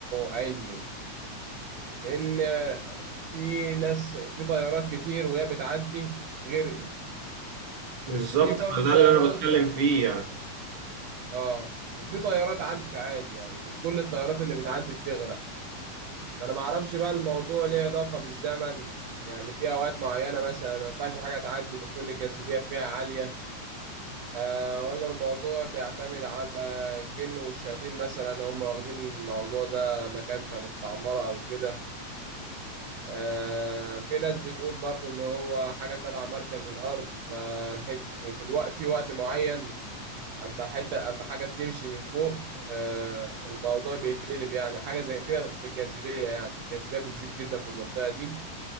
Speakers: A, on the right; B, on the right.
A: علمي لان في ناس في طيارات كتير وهي بتعدي غرقت
B: بالظبط
A: وفي برضه
B: فده
A: طيارات
B: اللي أنا بتكلم فيه يعني
A: اه وفي طيارات عدت عادي يعني مش كل الطيارات اللي بتعدي بتغرق فانا ما اعرفش بقى الموضوع ليه علاقه بالزمن يعني في اوقات معينه مثلا ما ينفعش حاجه تعدي بتكون الجاذبيه فيها عاليه آه ولا الموضوع بيعتمد على الجن والشياطين مثلا هم واخدين الموضوع ده مكان كمستعمره او كده آه في ناس بتقول برضو ان هو حاجه تبع مركز الارض فالحت في, في الوقت في وقت معين اما حته اما حاجه بتمشي من فوق آه الموضوع بيتقلب يعني حاجه زي كده في الجاذبيه يعني الجاذبيه بتزيد جدا في المنطقه دي